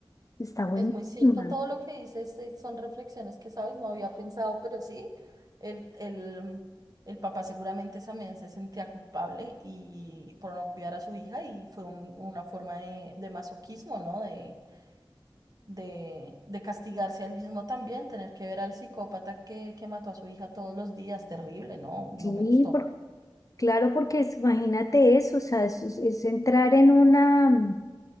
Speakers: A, on the left; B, on the right.
A: está buenísima.
B: Es muy cierto todo lo que dices, eh, son reflexiones que, sabes, no había pensado, pero sí, el, el, el papá seguramente también se sentía culpable y por no cuidar a su hija y fue un- una forma de, de masoquismo, ¿no? De, de, de castigarse al mismo también, tener que ver al psicópata que, que mató a su hija todos los días, terrible, ¿no?
A: Sí,
B: No me gustó.
A: por- claro, porque es- imagínate eso, o sea, es, es- es entrar en una, mm,